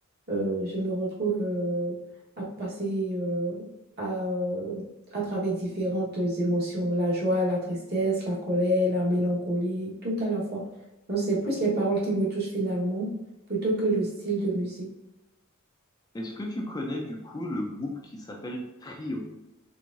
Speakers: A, on the right; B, on the left.
A: euh, je me retrouve euh, à passer euh, à, euh, à travers différentes émotions, la joie, la tristesse, la colère, la mélancolie, tout à la fois. Donc, c'est plus les paroles qui me touchent finalement plutôt que le style de musique.
B: Est-ce que tu connais du coup le groupe qui s'appelle Trio?